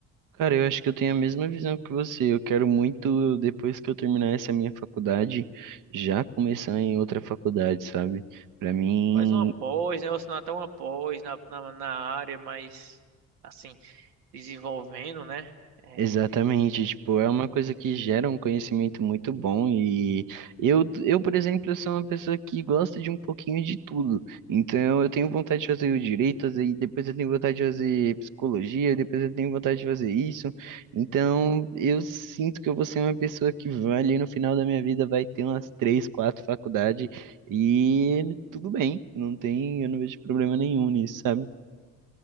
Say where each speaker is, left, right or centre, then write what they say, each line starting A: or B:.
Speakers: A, on the right; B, on the right.
A: Cara, eu acho que eu tenho a mesma visão que você. Eu quero muito, depois que eu terminar essa minha faculdade, já começar em outra faculdade, sabe? Pra mim,
B: fazer uma pós, né? Ou senão até uma pós na, na, na área, mas, assim, desenvolvendo, né? É.
A: Exatamente, tipo, é
B: hum,
A: uma coisa que
B: desenvolvendo.
A: gera um conhecimento muito bom e eu, eu, por exemplo, sou uma pessoa que gosta de um pouquinho de tudo. Então, eu tenho vontade de fazer o direito, aí depois eu tenho vontade de fazer psicologia, depois eu tenho vontade de fazer isso. Então, eu sinto que eu vou ser uma pessoa que vai ali no final da minha vida vai ter umas três, quatro faculdades e tudo bem, não tem, eu não vejo problema nenhum nisso, sabe?